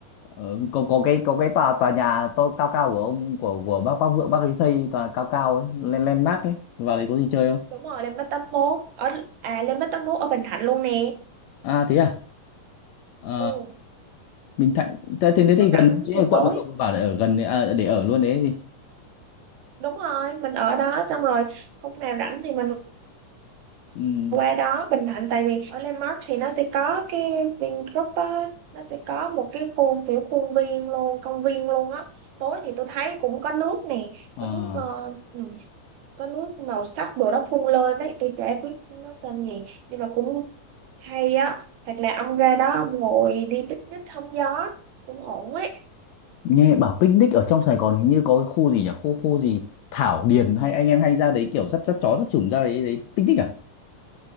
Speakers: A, on the left; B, on the right.
A: Ờ, có có cái có cái tòa tòa nhà to cao cao của ông của của bác bác Vượng bác ấy xây tòa cao cao ấy lên lên mát ấy vào đấy có gì chơi không
B: đúng rồi lên mấy tấm mốt ở à lên mấy tấm mốt ở Bình Thạnh luôn nè
A: à thế à Ờ,
B: ừ
A: Bình Thạnh thế thế đấy
B: nếu
A: thì gần
B: rảnh
A: chứ
B: thì
A: là quận
B: tối
A: mà cậu bảo để ở gần đấy à, để ở luôn đấy ấy gì
B: đúng rồi mình ở đó xong rồi khúc nào rảnh thì mình
A: ừ.
B: qua đó Bình Thạnh tại vì ở Landmark thì nó sẽ có cái Vingroup á nó sẽ có một cái khu kiểu khuôn viên luôn công viên luôn á tối thì tôi thấy cũng có nước nè
A: à,
B: có nước ờ, ừ, có nước màu sắc đồ đó phun lên đấy tôi chả biết nó tên gì nhưng mà cũng hay á hoặc là ông ra đó ông ngồi đi picnic hóng gió cũng ổn ấy
A: nghe bảo picnic ở trong Sài Gòn hình như có cái khu gì nhỉ khu khu gì Thảo Điền hay anh em hay ra đấy kiểu dắt dắt chó dắt chủng ra đấy đấy picnic à